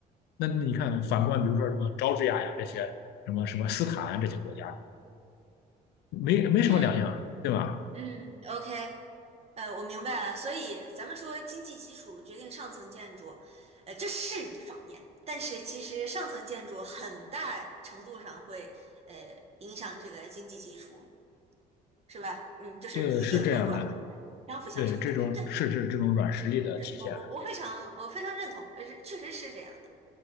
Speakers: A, on the left (about 75°); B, on the right (about 35°).
A: 那那你看，反观比如说什么乔治亚呀这些，什么什么斯坦啊这些国家，没没什么两样，
B: 嗯
A: 对吧？
B: 嗯，OK，呃，我明白了。所以咱们说经济基础决定上层建筑，呃，这是一方面，但是其实上层建筑很大程度上会呃影响这个经济基础。是吧？嗯，就是硬和软
A: 对，是这样的。
B: 相辅相成的。
A: 对，这种是指这种软实力的体现。
B: 对，我我我非常我非常认同，呃，是确实是这样的。